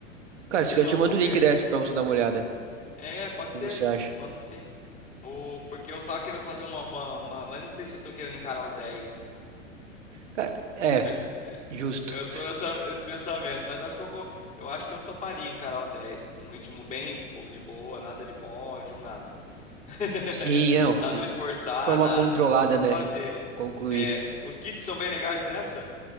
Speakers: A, on the right (about 65°); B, on the left (about 20°).
A: Cara,
B: Não sei
A: se quiser,
B: não,
A: eu te mando
B: vamos
A: o
B: ver.
A: link dessa pra você dar uma olhada.
B: É, pode
A: O
B: ser.
A: que você acha?
B: Manda sim. O, porque eu tava querendo fazer uma, uma, uma- Mas não sei se eu tô querendo encarar os 10.
A: Cara, é,
B: Mas, é,
A: justo.
B: Eu tô nessa, nesse pensamento, mas acho que eu, co- eu acho que eu toparia encarar os 10 Num ritmo bem bobo de boa, nada de pódio, nada. <laughs>
A: Sim, não,
B: Nada
A: tem-
B: de forçar,
A: forma
B: nada.
A: controlada,
B: É só pra
A: né?
B: fazer.
A: Concluir.
B: É, os kits são bem legais dessa?